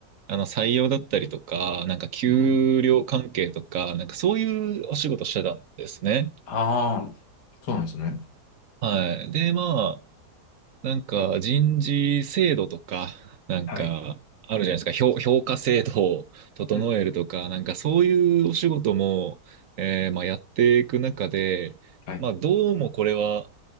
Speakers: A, on the right; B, on the left.
A: あの、採用だったりとか、なんか給料関係とか、
B: うん。
A: なんかそういうお仕事してたんですね。
B: ああ、そうなんですね。
A: はい。で、まあ、なんか人事制度とか、なんかあるじゃないですか、
B: はい。
A: 評、評価制度を整えるとか、
B: うん。
A: なんかそういうお仕事も、えーまあ、やっていく中で、
B: はい。
A: まあどうもこれは